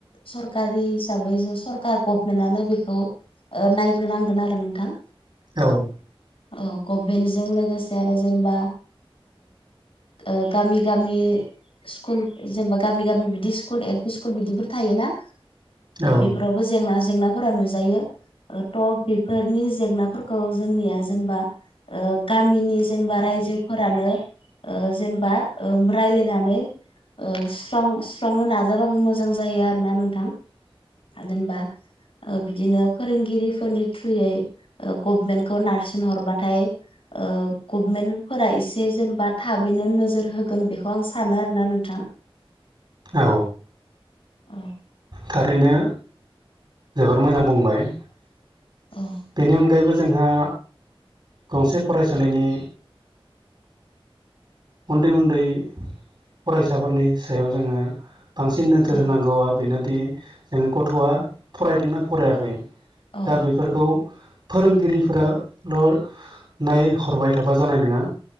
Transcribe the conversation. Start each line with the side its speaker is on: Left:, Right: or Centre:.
Left: सरकारि हिसाबै जों सरकारखौ मोनानो बेखौ नायग्रोनांगोन आरो नोंथां
Right: औ
Left: ओ गभमेन्टजों लोगोसे आरो जेनेबा ओ गामि गामि स्कुल जेनेबा गामि गामि बिदि स्कुल एल पि स्कुल बिदिफोर थायोना
Right: औ
Left: बेफोरावबो जेंना जेंनाफोरा नुजायो ओ ट बेफोरनि जेंनाफोरखौ जोंनिया जेनेबा गामिनि जेनेबा रायजो फोरानो जेनेबा रायज्लायनानै ओ सुस्रां सुस्रांनो नाजाबाबो मोजां जायो आरोना नोंथां हागोनबा ओ बिदिनो फोरोंगिरिफोरनि थ्रुयै गभमेन्टखौ नारसिन हरबाथाय ओ गभमेन्ट फोर एसे जेनेबा थाबैनो नोजोर होगोन बेखौ आं सानो आरोोना नोंथां
Right: औ
Left: औ
Right: थारैनो जोबोर मोजां बुंबाय
Left: <inaudible>
Right: बेनि अनगायैबो जोंहा गंसे फरायसालिनि उन्दै उन्दै फरायसाफोरनि सायाव जोङो बांसिन नोजोर
Left: औ
Right: होनांगौआ बेनोदि जोङो गथ'आ फरायदोंना फरायाखै
Left: औ
Right: दा बे फोरखौ फोरोंगिरिफोराल' नायहरबाय थाबा जानाय नङा